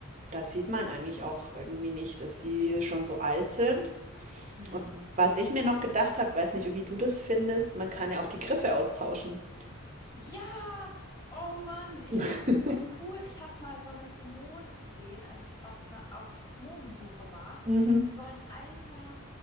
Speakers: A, on the right; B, on the left.
A: da sieht man eigentlich auch irgendwie nicht, dass die schon so alt sind.
B: Hm.
A: Und was ich mir noch gedacht habe, weiß nicht, wie du das findest, man kann ja auch die Griffe austauschen.
B: Ja, oh Mann, ich
A: <laughs>
B: fände es so cool. Ich habe mal so eine Kommode gesehen, als ich auf, ne, auf Kommodensuche war.
A: Mhm.
B: So ein alter